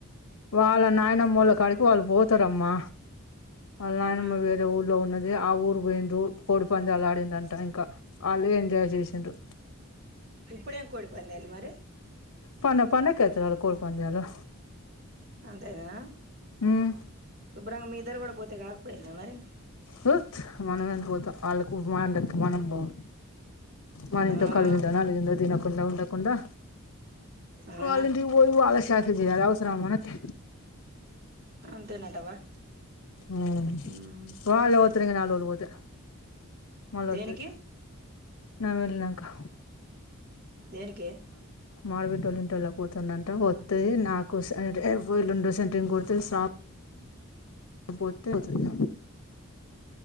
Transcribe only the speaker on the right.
ఆ
ఇప్పుడే ఏం కోడి పందాలు మరి.
అంతేనా
శుభ్రంగ మీ ఇద్దరు కూడా పోతే కాదు. దా మరి
ఆ
ఆ
అంతేనంటవా
మ్మ్
దేనికి
దేనికె